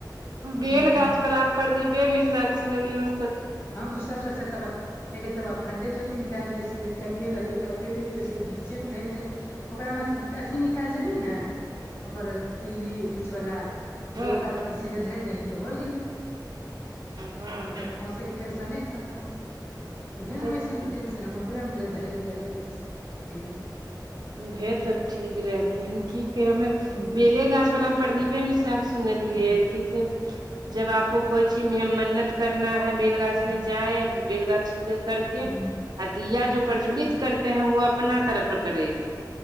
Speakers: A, on the right; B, on the left.
A: बेल
B: हूँ
A: गाछ वला में प्रदीपे मिश्रा के सुनलियो।
B: <unintelligible> एके तबा खंडे चोती मे डालि देे सीधे, कन्ने रहते पते नै चलते, बिचे में धैल रहे। ओकरा मे अथि- अथि निकालि देबही ने, ओकर तिल्ली बीचवला।
A: हँ
B: गोलका बत्ती सीधे धरि दहीं, तऽ हो गेलै
A: हँ
B: ओ तऽ खोसे। टेंशने खतम, उहे ने
A: तब
B: मसे मे
A: की
B: टेंशन हम। पूरे मे ढैरके जला दै छै कहियो।
A: उहे तब ठीक रहते, हम की हमे
B: हूँ
A: बेले गाछ वला प्रदीपे मिश्रा सुनलियै
B: हूँ
A: कि सब, जब आपको कोइ चीज मे मन्नत करना है बैेलगाछ
B: हूँ
A: में जाए, बैेल गाछ के करके
B: हूँ
A: आ दिया जो प्रज्वलित करते हैं, वो अपना तरफ करेकेे।